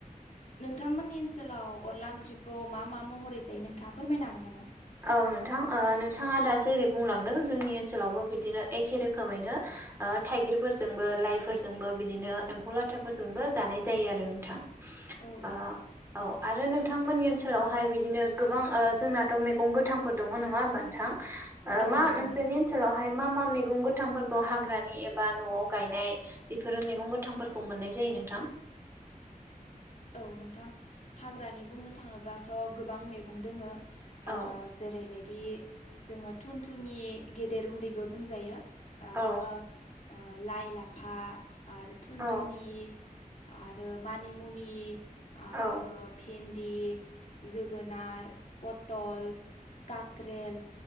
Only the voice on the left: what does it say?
नोंथांमोननि ओन सोलाव अनला ओंख्रिखौ मा मा महरै जायो नोंथाङा फोरमायनो हागोन नामा?
औ
औ
दं
औ नोंथां हाग्रानि बुंनो थाङोबाथ' गोबां मैगं दंङो
जेरैबायदि जोङो थुन थुनि गेदेर उन्दैबो बुंजायो। आरो
ओ लाइ लाफा आरो थुनथुनि।
आरो मानिमुनि आरो
भिन्दि। जोगोनार, पटल, काक्रेल,